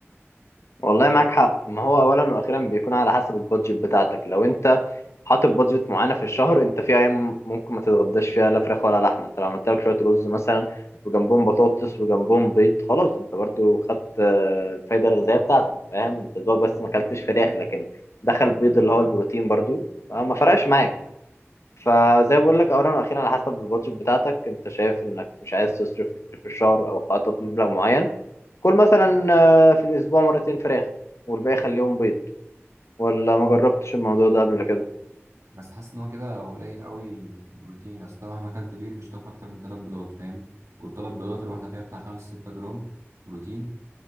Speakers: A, on the left; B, on the right.
A: والله معاك حق ما هو اولا واخيرا بيكون على حسب البادجت بتاعتك لو انت حاطط بادجت معينه في الشهر انت في ايام ممكن ما تتغداش فيها لا فراخ ولا لحمه انت لو عملت لك شويه رز مثلا وجنبهم بطاطس وجنبهم بيض خلاص انت برضو خدت آه، الفايده الغذائيه بتاعتك فاهم انت دوبك بس ما اكلتش فراخ لكن دخل بيض اللي هو البروتين برضو فما فرقش معاك فزي ما بقول لك اولا واخيرا على حسب البادجت بتاعتك انت شايف انك مش عايز تصرف كتير في الشهر او حاطط مبلغ معين كل مثلا آه، في الاسبوع مرتين فراخ والباقي خليهم بيض ولا ما جربتش الموضوع ده قبل كده
B: بس حاسس ان هو كده قليل قوي بروتين اصل أنت مهما اكلت بيض مش هتاكل اكتر من 3 بيضات فاهم والثلاث بيضات الواحده فيها بتاع 5 6 جرام بروتين